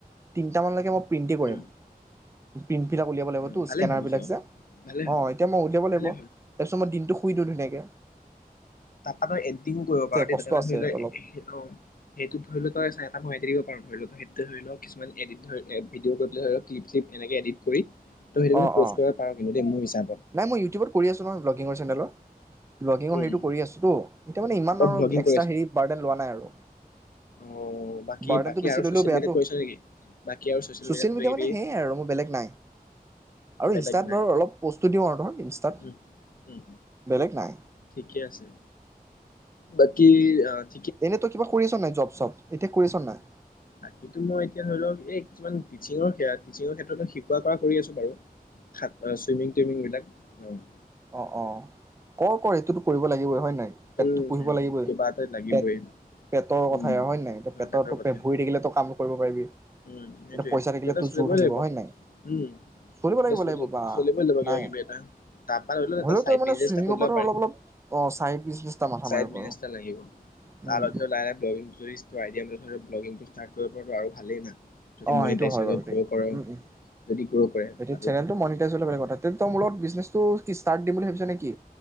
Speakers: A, on the right (about 20°); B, on the left (about 65°).
A: তিনিটা মানলেকে ম প্ৰিণ্টে কৰিম।
B: উম
A: প্ৰিণ্টবিলাক উলিয়াব লাগিবতো
B: উম ভালে
A: স্কেনাৰবিলাক
B: ভাবিছ
A: যে
B: ভালে
A: অহ',
B: ভাবি
A: এতিয়া মই উলিয়াব লাগিব।
B: ভালে
A: তাৰপিছত মই দিনটো শুই দিওঁ ধুনীয়াকৈ।
B: তাপা তই এডিতিংউ কৰিব পাৰ দেই
A: কষ্ট
B: তাে ধৰি
A: আছে
B: ল অহ',
A: অলপ
B: সেইটোত ধৰি ল তই চাই তাক, মাতি দিব পাৰ, ধৰি ল তো সেইটো ধৰি লক কিছুমান এডিত ধৰি ভিডিঅ' পেল ধ লক ক্লিপ্লি এনেক এডিট কৰি ত', সেইটো কিন্তু
A: অ
B: পষ্ট
A: অ
B: কৰিব পাৰ দে মোৰ হিচাপ
A: নাই মই ইউটিউবত কৰি আছোঁ নহয় ব্লগিঙৰ চেনেলত, ব্লগিঙৰ
B: উম
A: হেৰিটো কৰি আছোতো এতিয়া মানে ইমান
B: মই
A: আৰু
B: ভ্লগিং
A: এক্সট্ৰা
B: কৰি আছো
A: হেৰি বাৰ্ডেন লোৱা নাই আৰু।
B: অ বাকী
A: বাৰ্ডনটো
B: বাকী
A: বেছি
B: আৰু
A: ললেও
B: ছচিয়েল
A: বেয়াতটো,
B: মিডিয়াত কৰিছ নেকি বাকী আৰু
A: ছচিয়েল
B: মিডিয়াত কিবা
A: মিডিয়া
B: কিবি
A: মানে সেয়াই আৰু মোৰ বেলেগ নাই আৰু
B: বেলেগ
A: ইনষ্টাত
B: নাই
A: ধৰ অলপ অৰ্ধন। ইনষ্টাত,
B: উম উম
A: বেলেগ নাই।
B: ঠিকে আছে। বাকি, অহ ',
A: এনেই তই কিবা কৰিছ নাই, জব-চব? এতিয়া কৰিছ নাই?
B: বাকীটো মই এতিয়া ধৰি লওক, এই কিছুমান টিচিঙৰ-টিচিঙৰ ক্ষেত্ৰত শিকোৱা কৰা কৰি আছো বাৰু। শাত, চুইমিং-টুইমিং বিলাক। উম',।
A: অহ', -অহ', কৰ-কৰ সেইটোতো কৰিব লাগিবই হয় নে নাই? পেটটো
B: উম,
A: পুহিব লাগিবই,
B: কিবা এটা লাগিবই
A: পেট-পেটৰ
B: উম।
A: কথাই হয় নে নাই
B: অ',
A: পেটৰটো
B: পেটৰ কথা
A: ভৰি থাকিলেতটো কাম কৰিব পাৰিবি।
B: উম', সেইটোৱে
A: এতিয়া পইচা
B: কিবা
A: থাকিলে
B: এটা
A: তোৰ
B: চলিবই
A: জোৰ থাকিব
B: লাগিব
A: হয় নাই?
B: উম',
A: চলিব লাগিব
B: এহ, চলিব-চলিবই
A: লাগিব বা
B: লাগিব
A: নাই
B: কিবা-কিবি এটা। তাৰ পৰা ধৰিল
A: হ'লেও
B: চাইদ
A: তই মানে
B: বিছনেচ
A: চুইমিঙৰ
B: এটা খোলিলব
A: পৰা
B: পাৰি,
A: অলপ অলপ অ' চাইড বিজনেছ এটা মাথা
B: চাইদ
A: মাৰিব
B: বিছনেচ
A: পাৰ।
B: এটা লাগিব,
A: উম,
B: তাৰ লগত ধৰ লাহে লাহে ব্লগিঙটো যদি আইডিয়া মতে ব্লগিঙটো ষ্টাৰ্ট কৰিব পাৰটো আৰু ভালেই না। যদি
A: অ,
B: মনিটাইজ
A: সেইটো হয়
B: হৈ
A: বাৰু দেই
B: গ্ৰ' কৰ
A: উম', উম,
B: যদি গ্ৰ' কৰে
A: এতিয়া
B: আৰু
A: চেনেলটো মনিটাইজ হলে বেলেগ কথা তে তই মোৰ লগত বিজনেছটো কি ষ্টাৰ্ট দিম বুলি ভাবিছ নে কি?